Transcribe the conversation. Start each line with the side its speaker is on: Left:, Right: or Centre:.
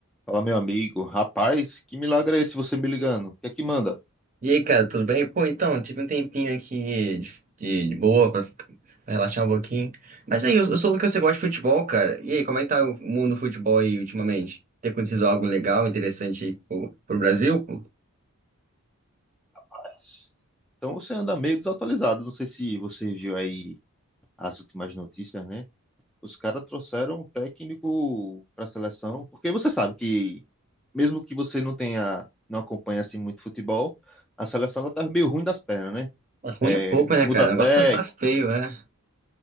Centre: Fala, meu amigo. Rapaz, que milagre é esse você me ligando? O que é que manda?
Right: E aí, cara, tudo bem? Pô, então, tive um tempinho aqui de, de- de boa pra, ficar- pra relaxar um pouquinho. Mas aí, eu, eu soube que você gosta de futebol, cara. E aí, como é que tá o mundo do futebol aí ultimamente? Tem acontecido algo legal, interessante aí pro, pro Brasil?
Centre: Rapaz, Então você anda meio desatualizado. Não sei se você viu aí as últimas notícias, né? Os caras trouxeram um técnico para a seleção, porque você sabe que, mesmo que você não tenha, não acompanhe assim muito futebol, a seleção ela tá meio ruim das pernas, né?
Right: Mas Ruim
Centre: É,
Right: é pouco, né,
Centre: muda
Right: cara? O
Centre: técnico,
Right: negócio tá, tá feio, né?